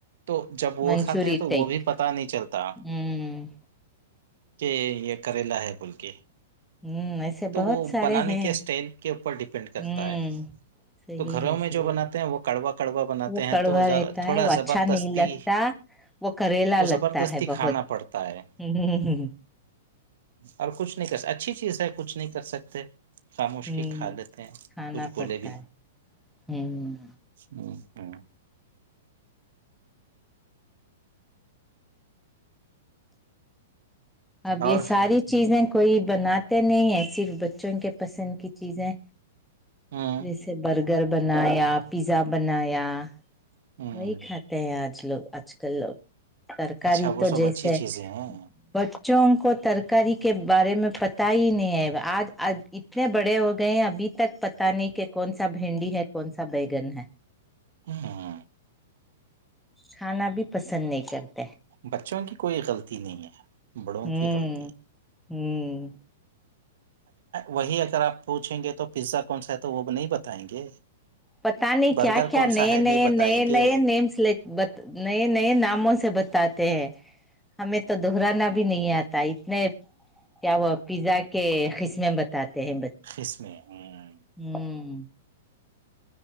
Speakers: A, on the right; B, in the centre.
A: تو جب وہ
B: منچوری
A: کھاتے ہیں تو تو
B: ٹائپ
A: وہ بھی پتا نہیں چلتا
B: ہوں
A: کہ یہ کریلا ہے بول کے
B: ہوں
A: تو
B: بہت
A: وہ
B: سارے
A: بنانے
B: ہیں
A: کے اسٹائل کے اوپر ڈپینڈ کرتا
B: ہوں
A: ہے
B: صحیح
A: تو گھروں
B: ہے
A: میں
B: صحیح
A: جو بناتے ہیں وہ کڑوا کڑوا
B: ہے
A: بناتے
B: وہ
A: ہیں
B: کڑوا
A: توذ
B: رہتا
A: تھوڑا
B: ہے وہ اچھا
A: زبردستی
B: نہیں لگتا وہ کریلا
A: تو
B: لگتا
A: زبردستی
B: ہے بہت
A: کھانا پڑتا ہے
B: ہ
A: اور کچھ نہیں کر اچھی چیز ہے کچھ نہیں کر سکت خاموش
B: ہ
A: کی حالتیں
B: کھانا
A: کچھ بولے
B: پڑتا
A: بھی نہ
B: ہے ہ
A: ہاں
B: اب یہ
A: اور
B: ساری چیزیں کوئی بناتے نہیں ہیں صرف بچوں کے پسند کی چیزیں
A: ہاں
B: جیسے برگر بنایا پیزا بنایا
A: ہوں
B: وہی کھاتے ہیں آج لوگ آج کل لوگ ترکاری
A: اچھا وہ
B: تو
A: سب
B: جیسے
A: اچھی چیزیں ہیں
B: بچوں کو ترکاری کے بارے میں پتا ہی نہیں ہے آج اتنے بڑے ہو گئے ہیں ابھی تک پت نہیں کہ کون سا بھنڈی ہے کون سا بیگن ہے
A: ہاں ہاں
B: کھانا بھی پسند نہیں کرتے
A: بچوں کی کوئی غلطی نہیں ہے بڑوں
B: ہوں
A: کی غلطی
B: ہوں
A: اوہی اگر آپ پوچھیں گے تو پزا کون سا ہے تو وہ بھی نہیں بتائیں گے
B: پتا نہیں
A: برگر
B: کیا کیا
A: کون
B: نئے
A: سا ہے نہیں
B: نئے
A: بتائیں
B: نئے
A: گے
B: نئے نیم سلیکٹ بت نئے نئے ناموں سے بتاتے ہیں ہمیں تو دہرانا بھی نہیں آتا اتنے کیا وہ پیزا کے قسمیں بتاتے ہیں
A: قسم ہاں
B: ہوں